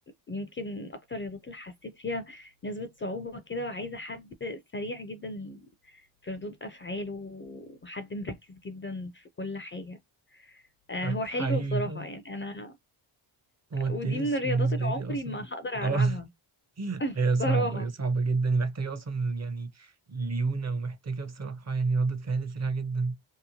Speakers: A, on the left; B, on the right.
A: يمكن أكتر الرياضات اللي حسيت فيها نسبة صعوبة كده وعايزة حد سريع جدا في ردود أفعاله وحد مركز جدا في كل حاجة آه، هو
B: في
A: حلو
B: حقيقي
A: بصراحة
B: فعلا.
A: يعني أنا
B: هو التنس
A: ودي من الرياضات
B: بالنسبة
A: اللي
B: لي
A: عمري
B: أصلا
A: ما هقدر
B: اه
A: ألعبها
B: <laughs> هي صعبة
A: صراحة
B: هي صعبة جدا محتاجة أصلا يعني ليونة ومحتاجة بصراحة يعني ردة فعل سريعة جدا